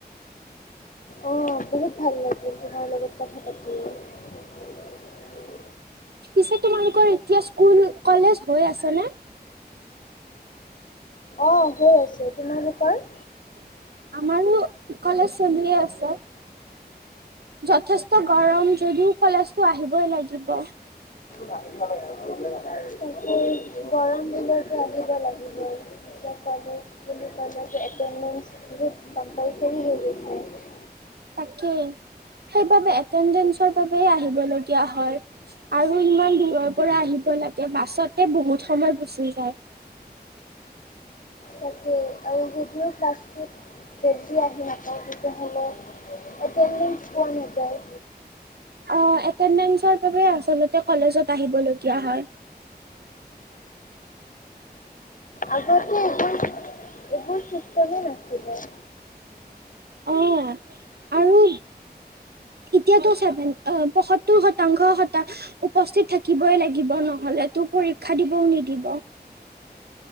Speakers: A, on the left (about 50°); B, on the right (about 70°).
A: অঁ বহুত ভাল লাগিল তোমাৰ লগত কথা পাতি। <inaudible>
B: পিছে তোমালোকৰ এতিয়া স্কুল কলেজ হৈ আছে নে?
A: অঁ হৈ আছে, তোমালোকৰ?
B: আমাৰো কলেজ চলিয়ে আছে। যথেষ্ট গৰম যদিও কলেজটো আহিবই লাগিব।
A: তাকে গৰম দিলেওটো আহিবই লাগিব। কলেজ কলেজ এটেনডেঞ্চৰ বহুত কম্পালচাৰী হৈ গৈছে।
B: তাকেই সেইবাবে এটেনডেঞ্চৰ বাবে আহিবলগীয়া হয়। আৰু ইমান দূৰৰ পৰা আহিব লাগে বাছতে বহুত সময় গুচি যায়।
A: তাকে। আৰু যেতিয়া ক্লাছটোত। ফেজি আহি নাপায় তেতিয়া হ'লে মল এটেণ্ডেন্স পোৱা নাযায়।
B: অ এটেণ্ডেঞ্চৰ বাবে আচলতে কলেজত আহিবলগীয়া হয়।
A: আগতে এইবোৰ এইবোৰ চিষ্টেমে নাছিলে।
B: অ আৰু এতিয়াতো ছেভেন অ পয়সত্তৰ শতাংশ শতা। উপস্থিত থাকিবই লাগিব নহ'লে তোক পৰীক্ষা দিবও নিদিব।